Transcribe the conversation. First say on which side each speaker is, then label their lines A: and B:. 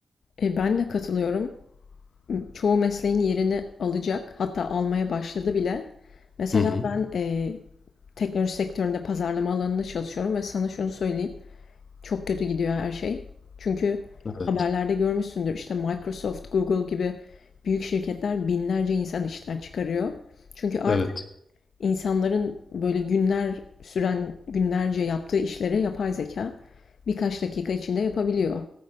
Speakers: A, on the left (about 75°); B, on the left (about 45°).
A: E, ben de katılıyorum. Çoğu mesleğin yerini alacak, hatta almaya başladı bile. Mesela
B: Hı hı.
A: ben e, teknoloji sektöründe pazarlama alanında çalışıyorum ve sana şunu söyleyeyim. Çok kötü gidiyor her şey. Çünkü
B: Evet.
A: haberlerde görmüşsündür işte Microsoft, Google gibi büyük şirketler binlerce insan işten çıkarıyor. Çünkü artık
B: Evet.
A: İnsanların böyle günler süren, günlerce yaptığı işlere yapay zeka birkaç dakika içinde yapabiliyor.